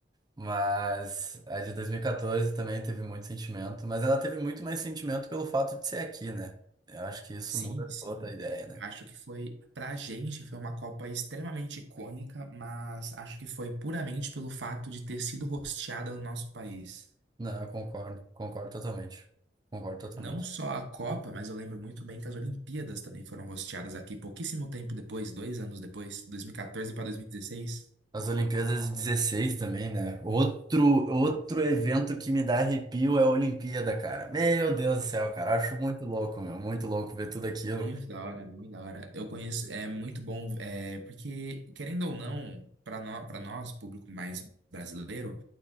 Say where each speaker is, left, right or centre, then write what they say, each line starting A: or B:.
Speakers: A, on the right (about 25°); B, on the right (about 75°).
A: Mas a de 2014 também teve muito sentimento, mas ela teve muito mais sentimento pelo fato de ser aqui, né? Eu acho que isso
B: sim,
A: muda
B: sim.
A: toda a ideia, né?
B: Eu Acho que foi, pra gente, foi uma Copa extremamente icônica, mas acho que foi puramente pelo fato de ter sido hosteada no nosso país.
A: Não, eu concordo, concordo totalmente. Concordo totalmente.
B: Não só a Copa, mas eu lembro muito bem que as Olimpíadas também foram hosteadas aqui pouquíssimo tempo depois, dois anos depois, 2014 para dois mil e dezesseis
A: As Olimpíadas de 16 também, né? Outro, outro evento que me dá arrepio é a Olimpíada, cara. Meu Deus do céu, cara. Acho muito louco, meu. Muito louco ver tudo aquilo.
B: Muito da hora, muito da hora. Eu conheço, é muito bom, é, porque, querendo ou não, para nós, para nós, público mais brasileiro,